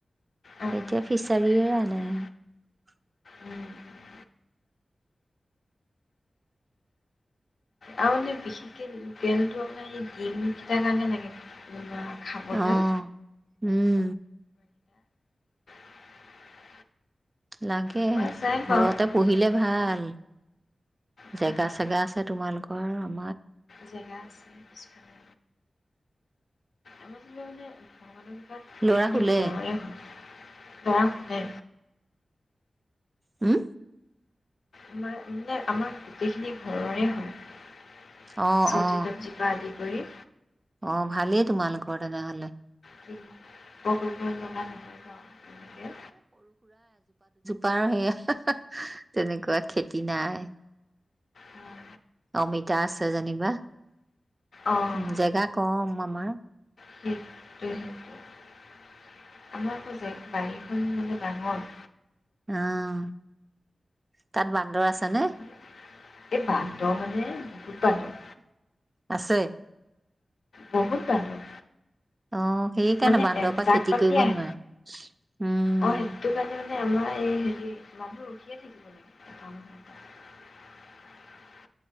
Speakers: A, on the left; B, on the right.
A: অঁ
B: এতিয়া ফিছাৰীয়ে
A: সেইটো খাই ভাল
B: আনে
A: লাগে
B: আৰু।
A: উম, উম। আৰু এনে বিশেষকে পেনটো আপোনাৰ ডিম কিটাৰ কাৰণে লাগে খাবলৈ,
B: অ উম
A: <unintelligible> <inaudible>
B: লাগে,
A: খোৱা যায় বাৰু
B: ঘৰতে পোহিলে ভাল।
A: উম, ভাল
B: জেগা চেগা আছে তোমালোক <inaudible>
A: জেগা আছে পিছফালে, আমাৰ <unintelligible> <inaudible> গোটেইখিনি
B: ল'ৰা শুলে
A: ঘৰৰে হয়। ল'ৰা শুলে।
B: হম?
A: আমাৰ মানে আমাৰ গোটেইখিনি ঘৰৰে হয়।
B: অ
A: চব্জি
B: অ
A: তবজি পৰা আদি কৰি
B: অ', ভালেই তোমালোকৰ তেনেহ'লে।
A: কিনো <inaudible> লগা নহয় বাৰ তেনেকে।
B: তাৰ সেয়া তেনেকুৱা খেতি নাই।
A: উম।
B: অমিতা আছে যেনিবা,
A: অঁ
B: উম, জেগা কম আমাৰ।
A: সেইটোৱে সেইটোৱে। আমাৰ আকৌ যে বাৰীখন মানে ডাঙৰ।
B: অ', তাত বান্দৰ আছে
A: মানে
B: নে?
A: এই বান্দৰ মানে, বহুত বান্দৰ।
B: আছে।
A: বহুত বান্দৰ।
B: অ', সেই কাৰণে
A: মানে
B: বান্দৰ
A: এজাক
B: পৰা খেতি
A: পাতি
B: কৰিব
A: আহে
B: নোৱাৰে, উম।
A: অঁ সেইটো কাৰণে মানে আমাৰ এই